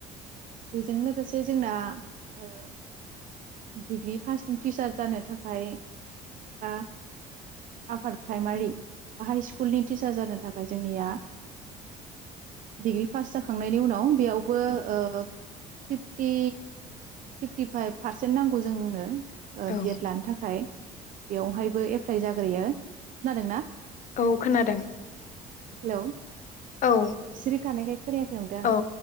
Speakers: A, on the right (about 50°); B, on the left (about 50°).
A: बेजों लोगोसे जोंना ओ डिग्रि पासनि टिचार जानो थाखाय बा आपार प्राइमारि बा हाइ स्कुलनि टिचार जानो थाखाय जोंनिया डिग्रि पास जाखांनायनि उनाव बेयावबो ओ फिपटि फिपटिफाइभ पारसेन्ट नांगौ जोंनो ओ
B: औ
A: बि एड लानो थाखाय। बेवहायबो एप्लाय जाग्रोयो। खोनादोंना?
B: औ खोनादों
A: हेलौ
B: औ।
A: सिरि थानायखाय खोनायाखै नंदों आं।
B: औ